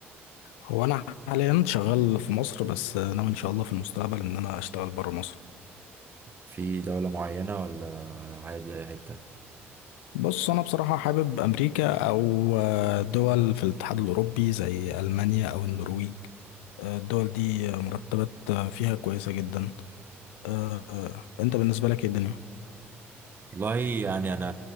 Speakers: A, on the left (about 70°); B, on the right (about 30°).
A: هو انا حاليا شغال في مصر بس ناوي ان شاء الله في المستقبل ان انا اشتغل بره مصر
B: في دولة معينة ولا عادي اي حتة
A: بص انا بصراحة حابب امريكا او آه، دول في الاتحاد الاوروبي زي المانيا او النرويج آه، الدول دي مرتبات آه، فيها كويسة جدا آه، آه، انت بالنسبة لك ايه الدنيا
B: والله يعني انا